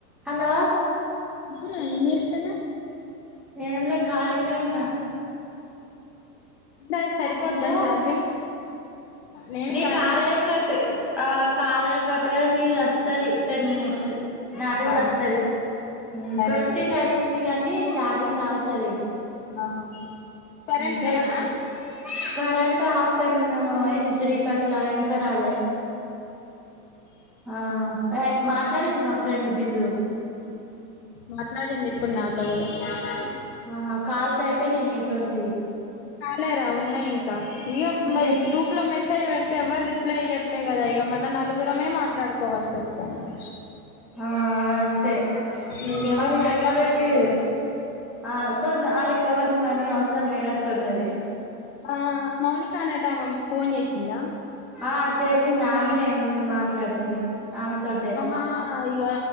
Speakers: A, in the centre; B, on the left (about 40°).
A: Hello
B: చెప్పురా ఏం చేస్తున్నావ్
A: ఏం లే కాలగనే ఉన్నా
B: దా సరిపోద్దా
A: నువ్వు
B: ఛార్జింగ్ నేను
A: నీ
B: ఖాళీనే
A: కాళం కట్ ఆ కాలం కట్టుగా నీది వస్తుది టెన్ మినిట్స్ నాది కూడా
B: అవునా
A: వస్తది
B: సరే
A: ట్వంటీకి
B: మరి
A: అయింది కానీ చార్జింగ్ అవుతది
B: ఆహా కరెంట్
A: చెరక్
B: లేదా
A: కరెంట్ ఆఫ్టర్న్మయిన్ ఏమో పోయింది త్రికట్లా ఇంకా రాలే ఆ అయి మాట్లాడింది మా ఫ్రెండ్ బిందు
B: మాట్లాడింది ఇప్పుడు నాతో కూడా
A: ఆహా కాల్స్ అయిపోయినాయ నీవి ట్వంటీ
B: కాలేరా ఉన్నాయి ఇంకా ఇక
A: ఇంకే
B: గ్రూప్ లో మ పెడితే ఎవ్వరు రిప్లై అయ్యట్లే కదా ఇక మన నలుగురమే మాట్లాడుకోవాల్సి వస్తాంది
A: అ అంతే
B: ఇంకెవరు
A: వాళ్ళకి
B: మాట్లాడడానికి
A: ఎవ్వరికి
B: లేరు
A: ఆ కొంత ఆలకి ఎవరికి మనీ అవసరం లేనట్టున్నది
B: ఆ మౌనికా అనటమా ఫోన్ చేసిందా
A: ఆ చే నామనే ఏమ నేను మాట్లాడింది ఆమె తోటే
B: ఆ ఇగ